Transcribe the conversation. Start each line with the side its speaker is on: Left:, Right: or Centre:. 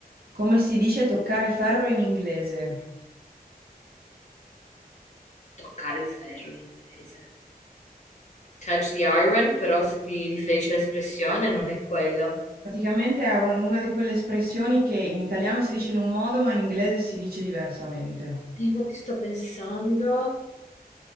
Right: come si dice toccare ferro in inglese?
Left: Toccare il ferro in inglese. Touch the iron, però se ti riferisci all'espressione non è quello.
Right: Praticamente è un- una di quelle espressioni che in italiano si dice in un modo, ma in inglese si dice diversamente.
Left: E Infatti sto pensando